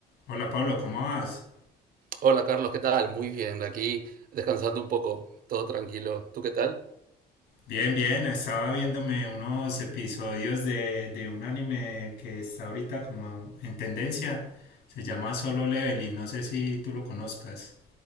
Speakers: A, on the left; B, on the right.
A: Hola Pablo, ¿cómo vas?
B: Hola Carlos, ¿qué tal? Muy bien, aquí descansando un poco, todo tranquilo. ¿Tú qué tal?
A: Bien, bien, estaba viéndome unos episodios de, de un anime que está ahorita como en tendencia. Se llama Solo Leveling, no sé si tú lo conozcas.